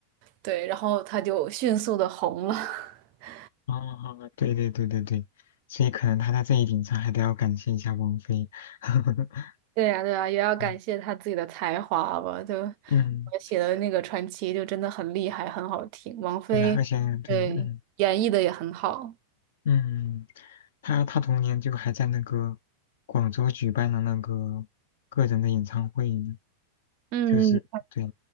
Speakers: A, on the right; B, on the left.
A: 对，然后他就迅速的红了。<laughs>
B: 哦哦，对对对对对，所以可能他在这一点上还得要感谢一下王菲。<laughs>
A: 对呀，对呀，也要感谢他自己的才华吧。
B: 嗯
A: 就
B: 嗯，
A: 我写的那个《传奇》就真的很厉害，很好听。王菲，
B: 对啊，而且对，
A: 对，
B: 嗯。
A: 演绎的也很好。
B: 嗯，他他同年就还在那个广州举办了那个个人的演唱会呢
A: 嗯，
B: 就是对，